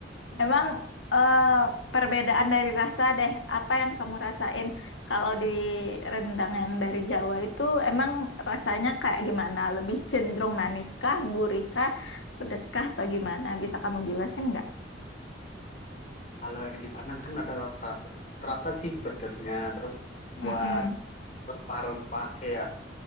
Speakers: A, on the left; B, on the left.
A: Hmm.
B: emang eh, perbedaan dari rasa deh, apa yang kamu rasain kalau di rendang yang dari Jawa itu emang rasanya kayak gimana? Lebih cenderung maniskah, gurihkah, pedeskah atau gimana? Bisa kamu jelasin nggak?
A: Kalau yang di Padang kan ada rasa, terasa sih pedesnya. Terus
B: Mm-mm.
A: buat rempah-rempah kayak